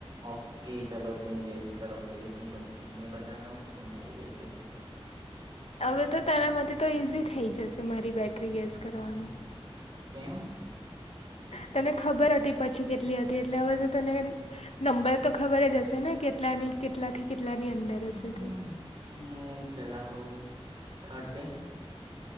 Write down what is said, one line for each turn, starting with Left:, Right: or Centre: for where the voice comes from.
Right: ઓકે ચલો તુમ ગેસ કરો પહેલે તુંમ બ મેં બતાતા હું તુંમારી બેટરી
Left: હવે તો તારા માતે તો ઈઝી થઈ જશે મારી બેટરી ગેસ કરવાનું
Right: કેમ
Left: તને ખબર હતી પછી કેટલી હતી એટલે હવે તો તને નંબર તો ખબર જ હશે ને કેટલાની કેટલા થી કેટલાની અંદર
Right: હમ
Left: હશે તે
Right: હું પેલા કઉ થર્ટિન